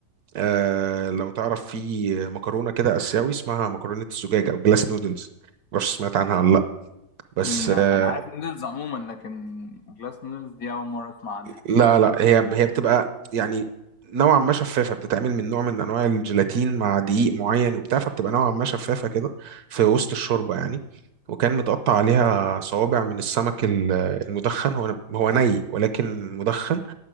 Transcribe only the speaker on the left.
مم، لا
انا عارف نودلز عموما لكن جلاس نودلز دي اول مره اسمع عنها